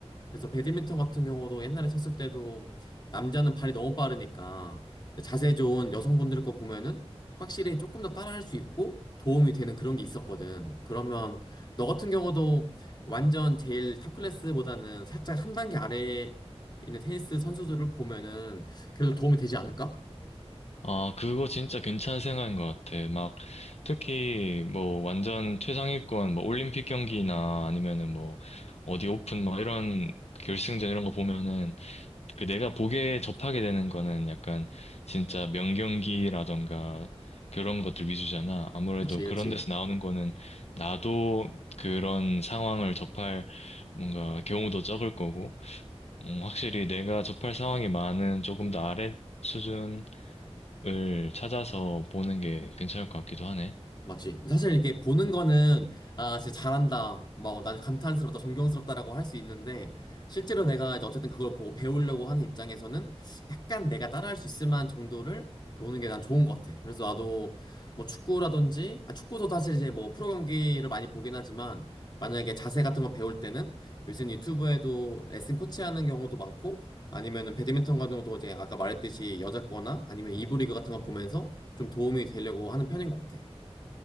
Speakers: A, on the left; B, on the left.
A: 그래서 배드민턴 같은 경우도 옛날에 쳤을 때도 남자는 발이 너무 빠르니까 자세 좋은 여성분들 거 보면은 확실히 조금 더 따라할 수 있고 도움이 되는 그런 게 있었거든. 그러면 너 같은 경우도 완전 제일 탑 클래스보다는 살짝 한 단계 아래에 있는 테니스 선수들을 보면은 그래도 도움이 되지 않을까?
B: 아, 그거 진짜 괜찮은 생각인 것 같아. 막, 특히, 뭐, 완전 최상위권, 뭐, 올림픽 경기나 아니면은 뭐, 어디 오픈, 뭐, 이런 결승전 이런 거 보면은, 그 내가 보게 접하게 되는 거는 약간, 진짜 명경기라던가, 그런 것들 위주잖아. 아무래도
A: 그렇지,
B: 그런
A: 그렇지.
B: 데서 나오는 거는, 나도 그런 상황을 접할, 뭔가, 경우도 적을 거고, 음, 확실히 내가 접할 상황이 많은 조금 더 아래 수준, 을 찾아서 보는 게 괜찮을 것 같기도 하네.
A: 맞지. 사실 이렇게 보는 거는, 아, 진짜 잘한다. 막, 나 감탄스럽다, 존경스럽다라고 할 수 있는데, 실제로 내가 이제 어쨌든 그걸 보고 배우려고 하는 입장에서는 약간 내가 따라할 수 있을 만한 정도를 보는 게 난 좋은 것 같아. 그래서 나도 뭐 축구라든지, 아, 축구도 사실 이제 뭐 프로 경기를 많이 보긴 하지만, 만약에 자세 같은 거 배울 때는 요즘 유튜브에도 레슨 코치 하는 경우도 많고, 아니면은 배드민턴 같은 것도 이제 아까 말했듯이 여자 거나 아니면 이부 리그 같은 거 보면서 좀 도움이 되려고 하는 편인 것 같아.